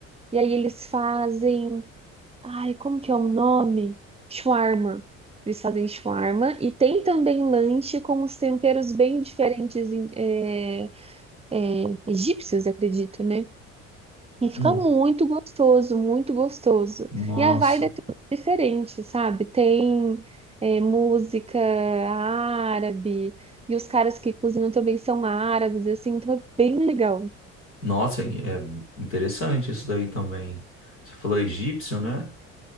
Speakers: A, on the right; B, on the left.
A: E aí eles fazem Ai, como que é o nome? Shawarma. Eles fazem shawarma e tem também lanche com os temperos bem diferentes em- é, é, egípcios, acredito, né? E fica
B: não
A: muito gostoso, muito gostoso.
B: Nossa.
A: E a vibe é toda diferente, sabe? Tem é, música árabe e os caras que cozinham também são árabes, assim, então é bem legal.
B: Nossa, é interessante isso daí também. Você falou egípcio, né?